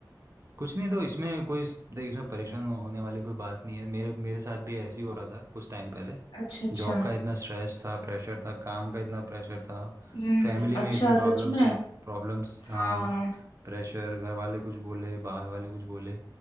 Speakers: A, on the right; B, on the left.
A: कुछ नहीं तो इसमें कोई देख इसमें परेशान होने वाली कोई बात नहीं है मेरे मेरे साथ भी ऐसे ही हो रहा था कुछ टाइम पहले
B: अच्छा अच्छा
A: जॉब का इतना स्ट्रेस था प्रेशर था काम का इतना प्रेशर था
B: हम्म
A: फैमिली में
B: अच्छा
A: इतनी प्रॉब्लम्स
B: सच में
A: हो प्रॉब्लम्स हाँ
B: हाँ
A: प्रेशर घर वाले कुछ बोले बाहर वाले कुछ बोले